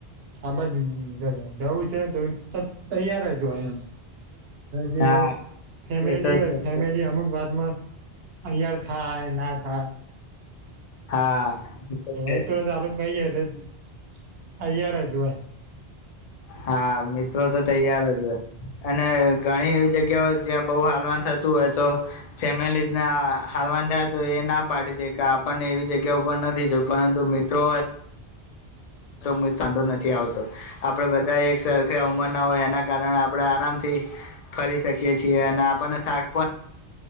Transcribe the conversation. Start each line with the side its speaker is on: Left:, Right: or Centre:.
Right: આ બાજ જવું છે. જો એમ જે
Left: હા
Right: ફેમિલી
Left: એ તો
Right: હોય
Left: છે
Right: ફેમિલી અમુક વાત. માં તૈયાર થાય ના થાય.
Left: હા એ તો છે
Right: એટલે તો આપડે કઈ ગ એટલેયાર. <inaudible> જો હોય.
Left: હા મિત્રો તો તૈયાર જ હોય અને ઘણી એવી જગ્યાઓ જ્યાં બહુ હાલવાન થતું હોય તો ફેમિલીને હાલવાન થાય તો એ ના પાડી દે કે આપણને એવી જગ્યા ઉપર નથી જું પરંતુ મિત્રો. વાધો નથી આવતો આપડે બધા એક સરખે ઉંમર ના હોય એના કારણે આપણે આરામથી ફરી શકીએ છીએ અને આપણને થાક પણ.